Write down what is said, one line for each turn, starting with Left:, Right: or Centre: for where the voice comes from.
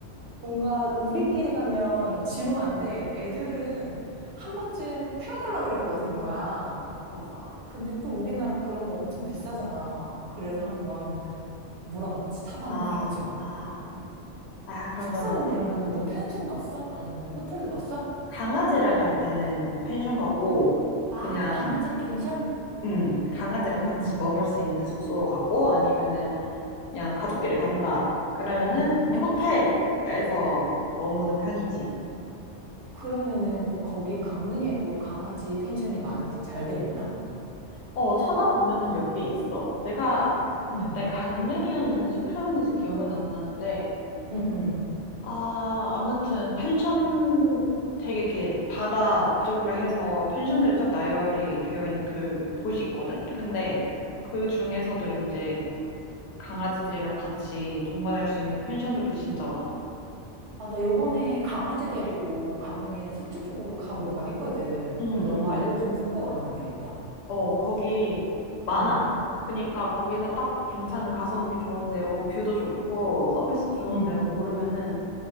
Right: 뭔가 우리끼리 가면 지루한데 애들은 한 번쯤 태워달라 그럴 것 같은 거야.
Left: 맞아.
Right: 근데 또 우리나라 그런 거 엄청 비싸잖아. 그래서 한번 물어봤지. 타봤나
Left: 아,
Right: 해가지고.
Left: 아, 아, 그런
Right: 숙소는
Left: 건 아직,
Right: 그러면은 너
Left: 음.
Right: 펜션 갔어? 아니면 호텔로 갔어?
Left: 강아지랑 갈 때는 펜션 가고,
Right: 아,
Left: 그냥,
Right: 강아지 펜션?
Left: 음, 강아지랑
Right: 응,
Left: 같이
Right: 응,
Left: 머물 수 있는 숙소로 가고 아니면은 그냥 가족끼리 간다. 그러면은
Right: 응.
Left: 그냥 호텔에서 머무는 편이지.
Right: 그러면은 거기 강릉에도 강아지 펜션이 많이 잘 돼 있나?
Left: 어, 찾아보면은 몇 개 있어. 내가
Right: 응,
Left: 그때 강릉이었는지 속초였는지 기억은 안 나는데
Right: 응, 응.
Left: 아, 아무튼 펜션 되게 이렇게 바다 앞쪽으로 해서 펜션들이 쫙 나열이 되어 있는 그 곳이 있거든. 근데 그 중에서도 이제 강아지들이랑 같이 동반할 수 있는 펜션들도 진짜 많아.
Right: 아, 나 요번에 강아지 데리고 강릉이나 서초 쪽으로 가볼까 했거든.
Left: 응,
Right: 그럼 너가
Left: 응.
Right: 알려주는 숙소로 가면 되겠다.
Left: 어, 거기 많아.
Right: 응,
Left: 그러니까 거기서 딱 괜찮은 가성비 좋은 데로 뷰도 좋고 서비스도 좋은
Right: 응.
Left: 데로 고르면은